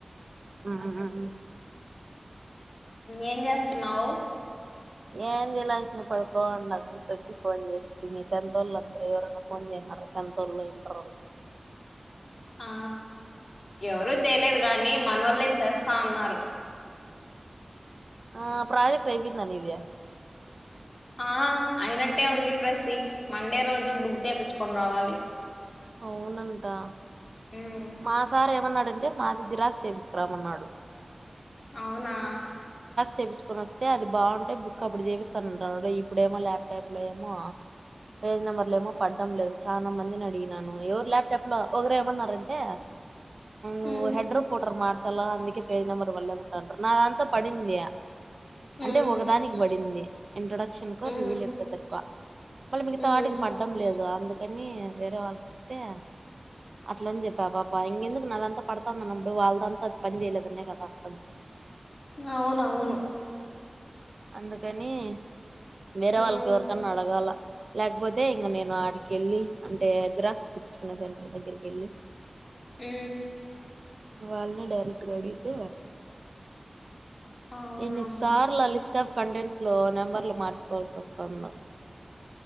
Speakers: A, on the right; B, on the left.
A: ఆహాహాహ
B: ఏం జేస్తున్నావు
A: ఏంది లేసిన పడుకోని ఉన్న గుర్తు వచ్చి ఫోన్ చేస్తిమీ తెంత్తోళ్ళ అందరు ఎవరన్నా ఫోన్ జే తిన్నరు టెన్త్ వోళ్ళు ఇంటర్ వోల్
B: ఆ ఎవరు చేయలేదు గాని మనోల్లే చేస్తా అన్నారు
A: ఆ ప్రాజెక్ ఐపోయిందా మీది
B: ఆ అయినట్టే ఉంది ప్రసి మండే రోజు బుక్ చేయించుకొని రావాలి
A: అవునంటా
B: ఉమ్
A: మా సార్ ఏమన్న అడంటే మాది జిరాక్స్ చేపించురమన్నాడు
B: అవునా
A: చెయిించుకొని వస్తే అది బాగుంటేయి బుక్ అప్పుడు చేపిస్తాన ఇప్పుడు ఏమో ల్యాప్టాప్ లో ఏమో పేజ్ నెంబర్లు ఏమో పడ్డం లేదు చాలా మంది నడిగి నను ఎవరు లాప్టాప్ ఒకరు ఏమన్నారంటే నువ్వు
B: ఉమ్
A: హెడ్రో ఫోటర్ లా అందుకే పేజ్ నెంబర్ వళ్లేదంట నాదంట్లో పడింది అంటే
B: ఉమ్
A: ఒకదానికి పడింది ఇంట్రొడక్షన్కో
B: ఉమ్
A: రివ్యూ లిటరేచర్ కో మళ్ళీ మిగతాటికి
B: ఉమ్
A: పడ్డం లేదు అందుకని వేరే <unintelligible> అట్ల అని చెప్పా పాప ఇంకెందుకు నాదంతో పడతాందిన్నప్పుడు వాళ్ళదంతా అది పని చేయలేదనే కదా అర్థం
B: అవునవును
A: అందుకని వేరే వాళ్ళకి
B: ఉమ్
A: ఎవరికన్నా అడగాల లేకపోతే ఇంక నేను ఆడికి వెళ్ళి అంటే జిరాక్స్ తీచుకునే సెంటర్ దగ్గరకి వెళ్ళి
B: ఉ
A: వాళ్లనే డైరెక్ట్గా అడిగితే
B: అవునవును
A: ఎన్ని సార్లు <unintelligible> కంటెంట్స్ లో నెంబర్లు మార్చుకోవాల్సి వస్తాన్దో